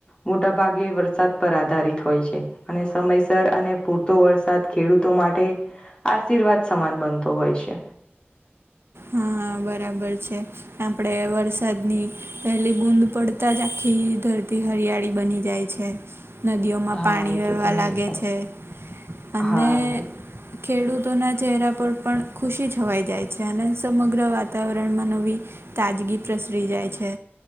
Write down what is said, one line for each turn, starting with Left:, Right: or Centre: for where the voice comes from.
Left: મોટા ભાગે વરસાદ પર આધારિત હોય છે અને સમયસર અને પૂરતો વરસાદ ખેડૂતો માટે આશીર્વાદ સમાન બનતો હોય છે
Right: હા હા બરાબર છે આપણે વરસાદની પહેલી બૂદ પડતા જ આખી ધરતી હરિયાળી બની જાય છે નદીઓમાં
Left: હા
Right: પાણી
Left: એ
Right: વહેવા
Left: તો તમે
Right: લાગે
Left: સાચી
Right: છે
Left: હા
Right: અને
Left: એ તો
Right: ખેડૂતોના ચહેરા પર પણ ખુશી છવાઈ જાય છે અને સમગ્ર વાતાવરણમાં નવી તાજગી પ્રસરી જાય છે